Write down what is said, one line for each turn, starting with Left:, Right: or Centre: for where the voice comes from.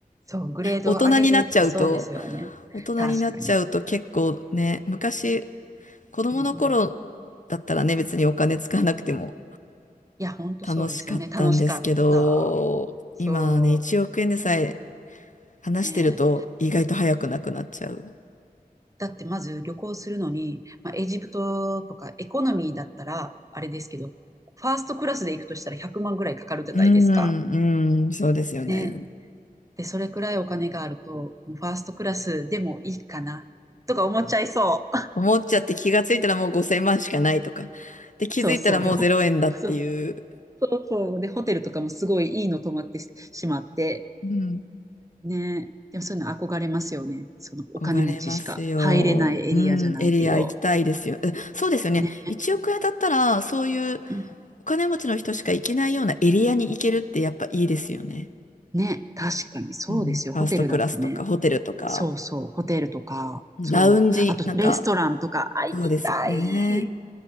Right: そう、グレードを上げていくとそうですよね。
Left: 大人になっちゃうと。大人になっちゃうと結構ね、
Right: 確かに。
Left: 昔、子供の頃
Right: うんうん。
Left: だったらね、別にお金使わなくても
Right: いや、ほんとそうですよね。
Left: 楽しかったんですけど、
Right: 楽しかった。そ
Left: 今はね、1億円でさえ話してると意外と早くなくなっちゃう。
Right: う。ね。だってまず旅行するのに、まあ、エジプトとかエコノミーだったら、あれですけど、ファーストクラスで行くとしたら100万ぐらいかかるじゃないですか。
Left: うん、うん、そうですよね。
Right: ね。で、それくらいお金があると、もうファーストクラスでもいいかな、とか思っちゃいそう。
Left: 思っちゃって気がついたらもう5000万しかないとか。
Right: <laughs>
Left: で、気づいたらもう0円だっていう。
Right: そうそう。で、ほ、そうそう。で、ホテルとかもすごいいいの泊まってししまって、
Left: うん。
Right: ね。でもそういうの憧れますよね。そのお金持ちしか入れないエリアじゃないけど。
Left: 憧れますよ。うん、エリア行きたいですよ。えそうですよね。
Right: ね。
Left: 1億円だったら、そういう
Right: うん
Left: お金持ちの人しか行けないようなエリアに行けるってやっぱいいですよね。
Right: ね、確かにそうですよ。
Left: うん、ファーストクラスとか、
Right: ホテルだってね、
Left: ホテルとか、
Right: そうそう、ホテルとか、
Left: ラウンジ、
Right: そう、あとレストランとか、
Left: なんか、
Right: あ、行きたい。
Left: そうですよね。